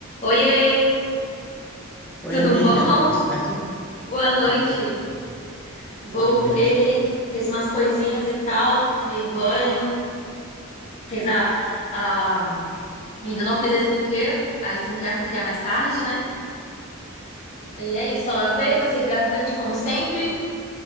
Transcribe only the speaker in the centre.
Oi,
amiga,
tudo certo?
Tudo bom?
Boa noite.